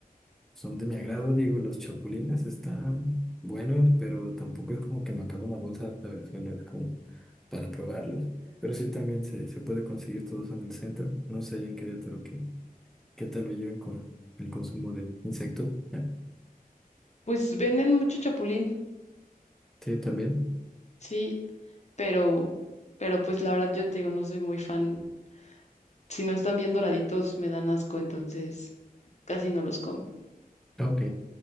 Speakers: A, in the centre; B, on the left.
A: son de mi agrado, digo, los chapulines están buenos, pero tampoco es como que me acabo una bolsa, ¿sabes? Solo es como para probarlos. Pero sí también se, se puede conseguir todos en el centro. No sé allá en Querétaro qué, qué tal lo lleven con el consumo de insectos. ¿eh?
B: Pues venden mucho chapulín,
A: Sí, también.
B: sí, pero, pero pues la verdad yo te digo, no soy muy fan Si no están bien doraditos, me dan asco, entonces casi no los como.
A: Ok.